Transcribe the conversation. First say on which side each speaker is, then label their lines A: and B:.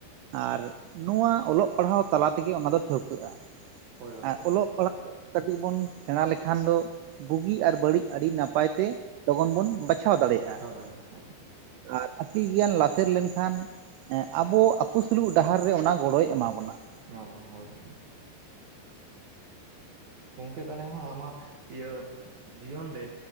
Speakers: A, on the right; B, on the right.
A: ᱟᱨ ᱱᱚᱣᱟ ᱚᱞᱚᱜ ᱯᱟᱲᱦᱟᱣ ᱛᱟᱞᱟ ᱛᱮᱜᱮ ᱚᱱᱟ ᱫᱚ ᱴᱷᱟᱹᱣᱠᱟᱹᱜᱼᱟ
B: ᱦᱳᱭ ᱦᱳᱭ
A: ᱟᱨ ᱚᱞᱚᱜ ᱯᱟᱲᱦᱟ ᱠᱟᱹᱴᱤᱡ ᱵᱚᱱ ᱥᱮᱬᱟ ᱞᱮᱠᱷᱟᱱ ᱫᱚ ᱵᱩᱜᱤ ᱟᱨ ᱵᱟᱹᱲᱤᱡ ᱟᱹᱰᱤ ᱱᱟᱯᱟᱭ ᱛᱮ ᱞᱚᱜᱚᱱ ᱵᱚᱱ ᱵᱟᱪᱷᱟᱣ ᱫᱟᱲᱮᱭᱟᱜᱼᱟ
B: ᱵᱟᱪᱷᱟᱣ
A: ᱾
B: ᱫᱟᱲᱮᱭᱟᱜᱼᱟ ᱦᱳᱭ
A: ᱟᱨ ᱟᱹᱠᱤᱞ ᱜᱮᱭᱟᱱ ᱞᱟᱥᱮᱨ ᱞᱮᱱᱠᱷᱟᱱ ᱮ ᱟᱵᱚ ᱟᱯ ᱯᱩᱥᱩᱞᱩᱜ ᱰᱟᱦᱟᱨ ᱨᱮ ᱚᱱᱟ ᱜᱚᱲᱚᱭ ᱮᱢᱟ ᱵᱚᱱᱟ ᱾
B: ᱮᱢᱟ ᱵᱚᱱᱟ ᱦᱳᱭ ᱾ ᱜᱚᱝᱠᱮ ᱛᱟᱦᱞᱮ ᱦᱟᱸᱜ ᱟᱢᱟᱜ ᱤᱭᱟᱹ ᱡᱤᱭᱚᱱ ᱨᱮ